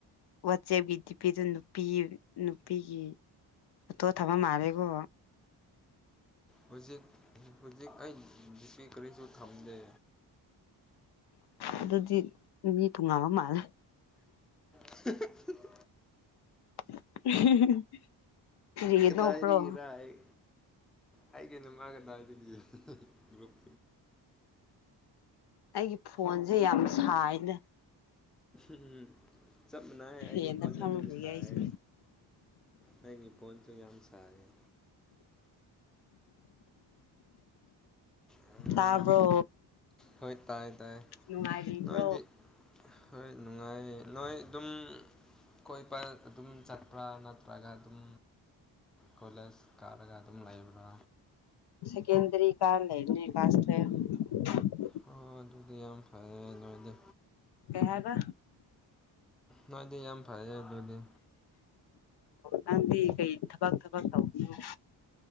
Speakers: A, on the left (about 55°); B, in the centre.
A: ꯋꯥꯆꯦꯞꯒꯤ ꯗꯤꯄꯤꯗꯨ ꯅꯨꯄꯤ ꯅꯨꯄꯤꯒꯤ ꯐ‌ꯣꯇꯣ ꯊꯥꯕ ꯃꯥꯜꯂꯦꯀꯣ
B: ꯍꯧꯖꯤꯛ ꯍꯧꯖꯤꯛ ꯑꯩ ꯗꯤꯄꯤ ꯀꯔꯤꯁꯨ ꯊꯝꯗꯦ
A: ꯑꯗꯨꯗꯤ ꯃꯤ ꯊꯨꯡꯉꯕ ꯃꯥꯜꯂꯦ
B: ꯍ <unintelligible>
A: <unintelligible>
B: ꯀꯗꯥꯏꯗꯒꯤꯔ
A: ꯅꯣꯛꯄ꯭ꯔꯣ
B: ꯑꯩ ꯑꯩꯗꯤ <unintelligible> ꯅꯨꯡꯃꯥꯒ ꯍꯥꯕꯒꯤ ꯒꯔꯨꯞ
A: ꯑꯩꯒꯤ ꯐꯣꯟꯁꯦ ꯌꯥꯝ ꯁꯥꯏꯅ
B: ꯎꯝ ꯆꯞ ꯃꯥꯟꯅꯩ ꯑꯩꯒꯤ
A: ꯐꯦꯟꯗ
B: ꯐꯣꯟꯁꯨ
A: ꯐꯝꯃ
B: ꯑꯗꯨꯝ
A: ꯂꯩꯌꯦ
B: ꯁꯥꯏ
A: ꯑꯩꯁꯨ
B: ꯑꯩꯒꯤ ꯐꯣꯟꯁꯨ ꯌꯥꯝ ꯁꯥꯏꯌ‌ꯦ ꯎꯝ
A: ꯇꯥꯕ꯭ꯔꯣ
B: ꯍꯣꯏ ꯇꯥꯏ ꯇꯥꯏ
A: ꯅꯨꯡꯉꯥꯏꯔꯤꯕ꯭ꯔꯣ
B: ꯅꯣꯏꯗꯤ ꯍꯣꯏ ꯅꯨꯡꯉꯥꯏꯌꯦ ꯅꯣꯏ ꯑꯗꯨꯝ ꯀꯣꯏ ꯏꯄꯥ ꯑꯗꯨꯝ ꯆꯠ ꯄ꯭ꯔꯥ ꯅꯠꯇ꯭ꯔꯒꯥ ꯑꯗꯨꯝ ꯀꯣꯂꯦꯁ ꯀꯥꯔꯒꯥ ꯗꯨꯝ ꯂꯥꯏꯕ꯭ꯔ
A: ꯁꯦꯀꯦꯟꯗꯔꯤ ꯀꯥꯔ ꯂꯩꯥꯕꯅ‌ꯦ ꯀꯂꯥꯁ ꯇꯨꯌ‌ꯦꯜꯞ
B: ꯍꯣꯏ ꯑꯗꯨꯗꯤ ꯌꯥꯝ ꯐꯔꯦ ꯑꯗ‌ꯣꯏꯗꯤ
A: <unintelligible> ꯍꯥꯏꯕ
B: ꯅꯣꯏꯗꯤ ꯌꯥꯝ ꯐꯩꯌꯦ ꯑꯗꯨꯗꯤ
A: ꯅꯪꯗꯤ ꯀꯩ ꯊꯕꯛ ꯊꯕꯥꯛ ꯇꯧꯕꯅ‌ꯣ